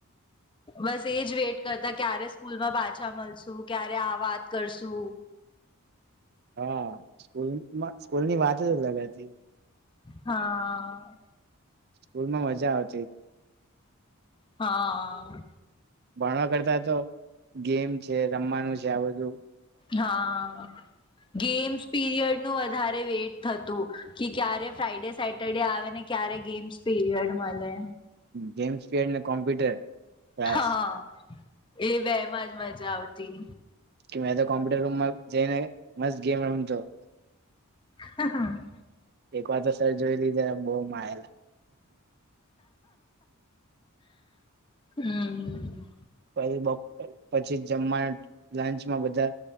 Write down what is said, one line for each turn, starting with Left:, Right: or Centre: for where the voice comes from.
Left: બસ એજ વેઇટ કરતા ક્યારે સ્કૂલ માં પાછા મળશુ, ક્યારે આ વાત કરશુ.
Right: હા, સ્કૂલમાં સ્કૂલની વાત જ અલગ હતી.
Left: હા, અ.
Right: સ્કૂલ માં, મજા આવતી.
Left: હા, અ.
Right: ભણવા કરતા તો ગેમ છે, રમવાનું છે. આ બધું
Left: હા, ગેમ્સ પીરિયડ નું વધારે વેટ થતું, કે ક્યારે ફ્રાઈડે, સેટરડે આવે ને, ક્યારે ગેમ્સ પીરિયડસ મળે.
Right: ગેમ્સ, પ ને કોમ્પ્યુટર. ક્લાસ
Left: હા હા, એ બેમાં જમાં જ. જાવતી.
Right: કે કોમ્પ્યુટર રૂમમાં જઈને, મસ્ત ગેમ એમતો.
Left: હ.
Right: એક વાર તો સર જોઈ, લીધે બહ. માલા.
Left: હમ.
Right: પ પછી, જમવાનું લંચ. બધા